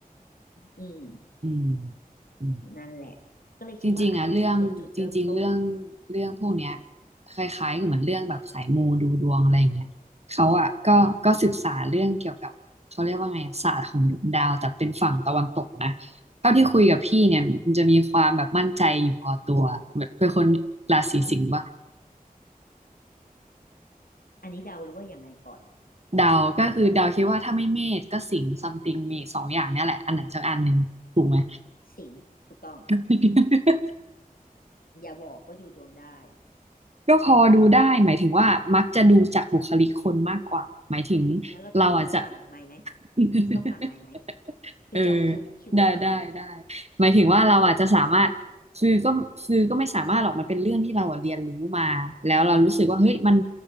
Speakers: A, on the left; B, on the right.
A: อืม
B: อืมอืม
A: นั่นแหละก็เลยคิดว่าอันเนี้ยคือเป็นจุดเริ่มต้น
B: จริงๆอ่ะเรื่องจริงๆเรื่องเรื่องพวกเนี้ยคล้ายๆกับเหมือนเรื่องแบบสายมูดูดวงอะไรอย่างเงี้ยเขาอ่ะก็ก็ศึกษาเรื่องเกี่ยวกับเขาเรียกว่าไงอะศาสตร์ของดวงดาวแต่เป็นฝั่งตะวันตกนะเท่าที่คุยกับพี่เนี่ยมันจะมีความแบบมั่นใจอยู่พอตัวแบบเป็นคนราศีสิงห์ว่า
A: อืมอือหือหืมอันนี้เดาหรือว่ายังไงก่อน
B: ดาวก็คือดาวคิดว่าถ้าไม่เมษก็สิงห์ซัมติงมีสองอย่างเนี่ยแหละอันไหนสักอันหนึ่งถูกไหม
A: สิงห์ถูกต้อง
B: <laughs>
A: อย่าบอกว่าดูดวงได้
B: ก็พอดูได้หมายถึงว่ามักจะดูจากบุคลิกคนมากกว่าหมายถึง
A: งั้นเราจะต้องหลังไมค์ไหม
B: เราอาจจะ <laughs>
A: จะต้องหลังไมค์ไหมคือจองคิวบุ๊กคิวไว้ก่อนไหม
B: เออได้ได้ได้หมายถึงว่าเราอาจจะสามารถคือก็คือก็ไม่สามารถหรอกมันเป็นเรื่องที่เราอะเรียนรู้มาแล้วเรารู้สึกว่าเฮ้ยมัน
A: อืม